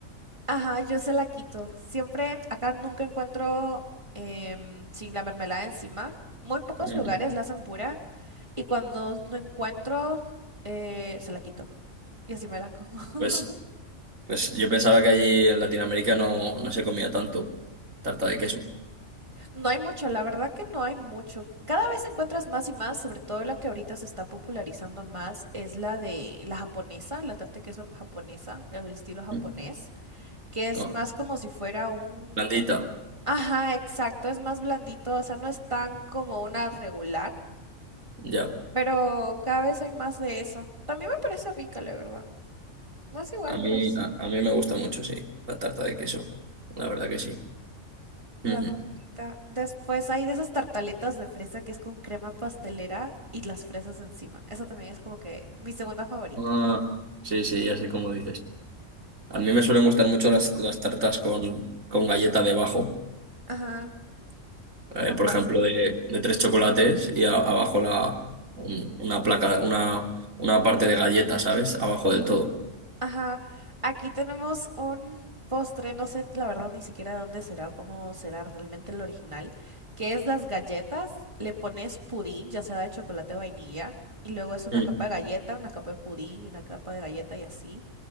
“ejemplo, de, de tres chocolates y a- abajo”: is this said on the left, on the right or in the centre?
Right